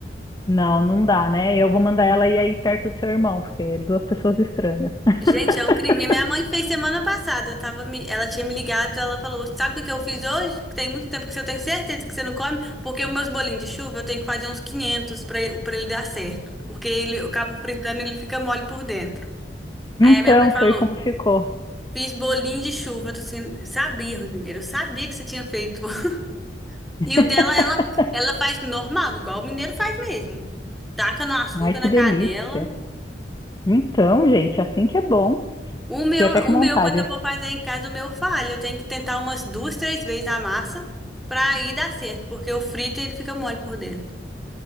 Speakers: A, on the left; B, in the centre.
A: Não, não dá, né? Eu vou mandar ela ir aí perto do seu irmão, porque é duas pessoas estranhas. <laughs>
B: Gente, é um crime. Minha mãe fez semana passada. Eu tava me... Ela tinha me ligado, ela falou: Sabe o que que eu fiz hoje? Tem muito tempo que você- eu tenho certeza que você não come, porque os meus bolinhos de chuva eu tenho que fazer uns 500 pra ele pra ele dar certo. Porque ele, eu cabo fritando e ele fica mole por dentro.
A: Então,
B: Aí a minha mãe falou:
A: foi como ficou.
B: Fiz bolinho de chuva. Eu tô assim: Sabia, Rodrigo, eu sabia que você tinha feito. <laughs>
A: <laughs>
B: E o dela, ela, ela faz normal, igual o mineiro faz mesmo. Taca no açúcar,
A: Ai,
B: na
A: que delícia.
B: canela.
A: Então, gente, assim que é bom.
B: O meu,
A: Fiquei até com
B: o
A: vontade.
B: meu, quando eu vou fazer em casa, o meu falha. Eu tenho que tentar umas duas, três vezes a massa pra aí dar certo, porque o frito ele fica mole por dentro.